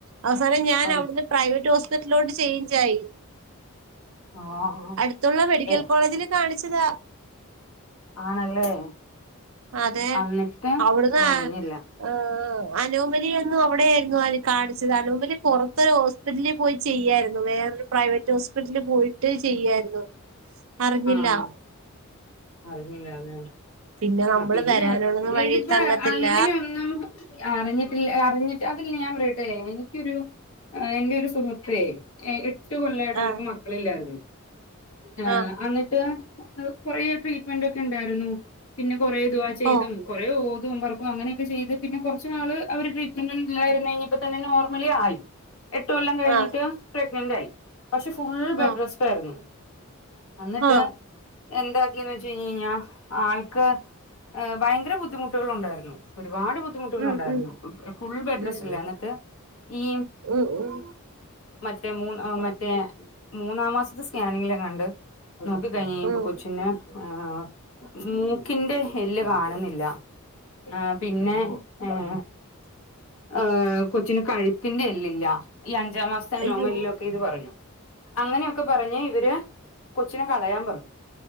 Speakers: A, on the right (about 65°); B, on the left (about 70°).
A: അവസാനം ഞാൻ
B: അയ്
A: അവിടുന്ന് പ്രൈവറ്റ് ഹോ റ്റിലോട്ട് ചെയ്ഞ്ചായി
B: ആഹ്
A: അട്ത്തുള്ള മെഡിക്കൽ
B: ഏ
A: കോളേജിൽ കാണി ച്ചതാ
B: ആണല്ലേ
A: അതെ
B: അന്നിട്ട്
A: അവിട്ന്നാ
B: അറിഞ്ഞില്ല
A: ഹ് അനോമലി എന്നും അവിടെയായിരുന്നു ആദ്യം കാണിച്ചത് അനോമല് പോറത്ത് ഹോസ്പിറ്റലിൽ പോയി ചെയ്യായിരുന്നു വേറൊരു പ്രൈവറ്റ് ഹോസ്പിറ്റലില് പോയിട്ട് ചെയ്യായിരുന്നു അറിഞ്ഞില്ല
B: ആഹ് അറിഞ്ഞില്ല അതെന്നെ
A: പിന്നെ നമ്മള്
B: ആ പിന്നെ
A: വരാനുള്ളത് വഴി
B: ഇല് പ്പോ
A: തങ്ങത്തില്ല
B: അങ്ങനെന്നും അറിഞ്ഞിട്ടില്ല അറിഞ്ഞിട്ട് അതിൽ ഞാൻ അതെ എനിക്കോരു എന്റെ ഒരു സുഹൃത്തേ ട്ടു കൊല്ലായിട്ട് അവർക്ക്
A: ആഹ്
B: മക്കളില്ലായിരുന്നു ആ
A: ആഹ്
B: അന്ന്ട്ട് കൊറെ ട്രീറ്റ്മെന്റ് ഒക്കെ ഉണ്ടായിരുന്നു പിന്നെ കൊറേ ദുആ ചെയ്തും
A: ഓ
B: കൊറേ ഓ ക്കും പെറക്കും അങ്ങനെയൊക്കെ ചെയ്ത് പിന്നെ കുറച്ച്നാള് അവ ട്രീറ്റ്മെൻ്റിലായിരുന്നു ഇനിയിപ്പ തന്ന നോർ മലായി എട്ട് കൊല്ലം കഴിഞ്ഞിട്ട്
A: ആഹ്
B: പ്ര ഗ്നൻ്റായ് പക്ഷെ ഫുൾ ബെഡ്റെസ്റ്റ്
A: ആഹ്
B: ആരുന്നു അന്നിട്ട്
A: ആഹ്
B: എന്താക്കിയെന്ന് വെച്ച് കഴിഞ്ഞ് കഴിഞ്ഞാ ആൾക്ക് ആ ഭയങ്കര ബുദ്ധി ബുദ്ധിമുട്ടുകളൊണ്ടാരുന്നു ഒരുപാട് ബുദ്ധിമുട്ടുകളൊണ്ടാരുന്നു
A: ഉം ഉം
B: ഫുൾ ബെഡ്ഡ്റെസ്റ്റല്ലേ
A: ഉം
B: എന്നിട്ട് ഈ
A: ഉം ഉം ഉം
B: മറ്റേ മൂന്ന് മറ്റേ മൂന്നാം മാസത്തെ സ്ക എങ്കിലുംകണ്ട് നോക്കി കഴിഞ്ഞ് കഴിഞ്ഞപ്പൊ
A: ഉം
B: കൊച്ചിന് ആ മൂക്കിന്റെ എല്ല് കാണുന്നില്ല ആ പിന്നെ ഉം ആ കൊച്ചിന് കഴുത്തിന്റെ എല്ല് ല്ല ഈ അൻച് ജാമാസ്തെ
A: അയ്യോ
B: നോങ്ങൽലൊക്കെ ഇത് പറഞ്ഞു അങ്ങനെ ഒക്കെ പറഞ്ഞ് ഇവര് കൊച്ചിനെ കളയാൻ പറഞ്ഞു